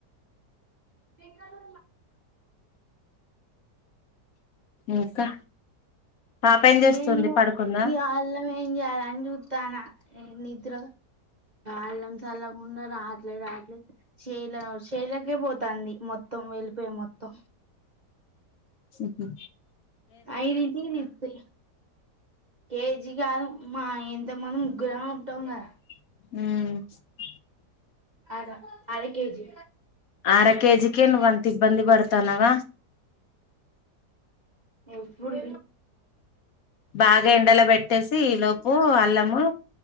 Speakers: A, on the right; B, on the left.
A: ఇంకను
B: ఇంకా పాప ఏం చేస్తుంది
A: ఏందో
B: పడుకుందా
A: గి అల్లమే ఏం చేయాలని చుతాన్న నిద్ర అల్లం సల్లాకున్నా అట్లే రాట్లే చేల చేలకే పోతాంది మొత్తం వెళ్ళిపోయి మొత్తం
B: ఉమ్ హు
A: అయి రితి ఇప్పి కేేజీ కాదు మా ఎంత మంది ముగ్గుర ఉంటంగా
B: ఉమ్
A: అర అర కేజీ
B: అర కేజికే నువ్వంత ఇబ్బంది పడుతున్నావ
A: ఎప్పుడు
B: బాగా ఎండలో పెట్టేసి ఈ లోపు అల్లము